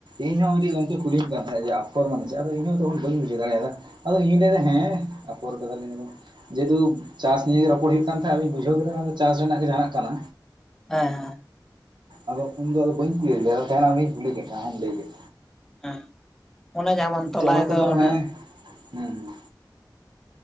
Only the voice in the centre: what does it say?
ᱦᱮᱸ ᱦᱮᱸ᱾
ᱦᱮᱸ᱾ ᱚᱱᱮ ᱡᱟᱦᱟᱸ ᱵᱚᱱ ᱛᱚᱞᱟᱭ
ᱫᱚ ᱚᱱᱮ